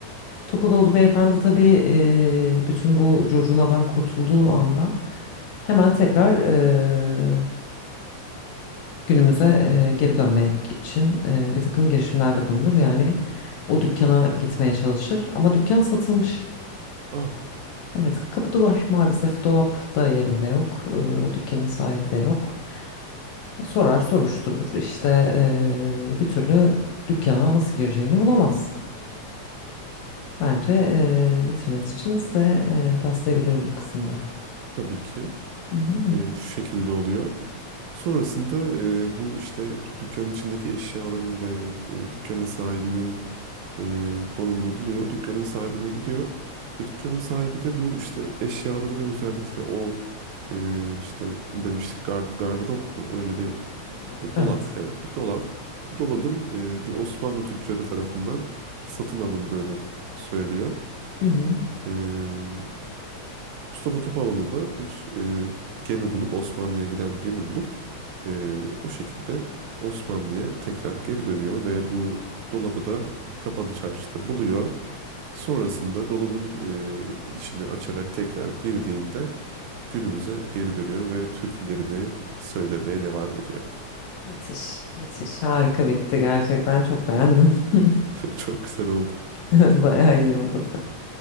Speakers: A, on the left (about 75°); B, on the right (about 85°).
A: Topaloğlu beyefendi tabii eee, bütün bu curcunadan kurtulduğu anda hemen tekrar e, günümüze e, geri dönmek için e, bir takım girişimlerde bulunur. Yani o dükkana gitmeye çalışır ama dükkan satılmış.
B: Ah
A: Evet, kapı duvar maalesef dolap da yerinde yok. E, dükkanın sahibi de yok. Sorar, soruşturur. işte e, bir türlü dükkana nasıl gireceğini bulamaz. Bence e, bitirmeniz için size e, paslayabilirim bu kısımda.
B: tabii ki
A: Hı hı, hı.
B: e, şu şekilde oluyor. Sonrasında e, bu işte dükkanın içindeki eşyaların ve e, dükkanın sahibinin e, konumunu buluyor. Dükkanın sahibine gidiyor. Ve dükkanın sahibi de bu işte eşyaları ve özellikle o e, işte ne demiştik gard gardırop mu? Öyle bir
A: Dolap,
B: E,
A: Evet.
B: dolap, evet bir dolap. Bu dolabın e, bir Osmanlı tüccarı tarafından satın alındığını söylüyor.
A: Hı hı.
B: E, Mustafa Topaloğlu da bir e, gemi bulup Osmanlı'ya giden bir gemi bulup e, o şekilde Osmanlı'ya tekrar geri dönüyor ve bu dolabı da kapalı çarşıda buluyor. Sonrasında dolabın e, içini açarak tekrar girdiğinde günümüze geri dönüyor ve türkülerini söylemeye devam ediyor.
A: Müthiş, müthiş. Harika bitti gerçekten çok beğendim. <laughs>
B: <laughs> Çok güzel oldu.
A: Evet, bayağı iyi oldu.